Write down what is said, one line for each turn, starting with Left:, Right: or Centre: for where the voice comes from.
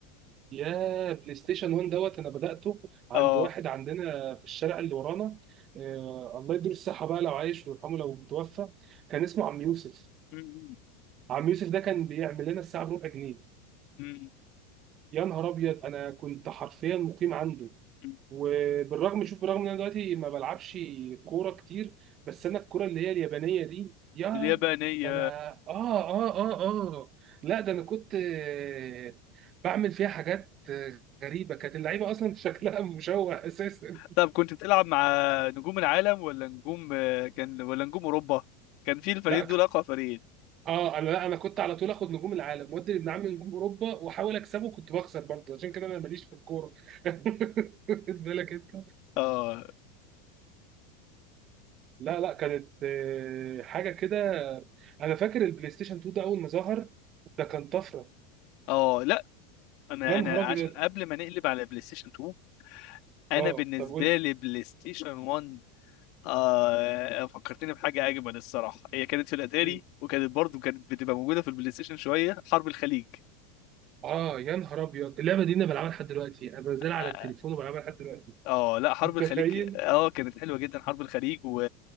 Right: يا بلاي ستيشن 1 دوت انا بداته عند
Left: اه
Right: واحد عندنا في الشارع اللي ورانا آه، الله يديله الصحه بقى لو عايش ويرحمه لو متوفى كان اسمه عم يوسف
Left: م-
Right: عم يوسف ده كان بيعمل لنا الساعه بربع جنيه
Left: م-
Right: يا نهار ابيض انا كنت حرفيا مقيم عنده
Left: م- م.
Right: وبالرغم شوف بالرغم ان انا دلوقتي ما بلعبش كوره كتير بس انا الكوره اللي هي اليابانيه دي يا
Left: اليابانية
Right: ده انا اه اه اه اه لا ده انا كنت آه، بعمل فيها حاجات آه، غريبه كانت اللعيبه اصلا <laughs> شكلها مشوه اساسا
Left: طب كنت بتلعب مع نجوم العالم ولا نجوم آه، كان ولا نجوم اوروبا كان في الفريقين
Right: لا ك-
Left: دول اقوى فريقين
Right: اه انا لا انا كنت على طول اخد نجوم العالم وادي ابن عمي نجوم اوروبا واحاول اكسبه كنت بخسر برضه عشان كده انا ماليش في الكوره <laughs> خد بالك انت
Left: اه
Right: لا لا كانت آه، حاجه كده انا فاكر البلاي ستيشن 2 ده اول ما ظهر ده كان طفره
Left: اه لا انا
Right: يا نهار
Left: انا
Right: ابيض
Left: عشان قبل ما نقلب على بلاي ستيشن 2 انا
Right: اه
Left: بالنسبه
Right: طب قول لي.
Left: لي بلاي ستيشن 1 آه فكرتني بحاجة أجمل الصراحة هي كانت في الأتاري
Right: مم.
Left: وكانت برضو كانت بتبقى موجودة في البلاي ستيشن شوية حرب الخليج
Right: اه يا نهار ابيض اللعبه دي انا بلعبها لحد دلوقتي انا بنزلها على
Left: آه
Right: التليفون وبلعبها لحد دلوقتي
Left: آه، لا حرب
Right: متخيل
Left: الخليج آه كانت حلوة جدا حرب الخليج و...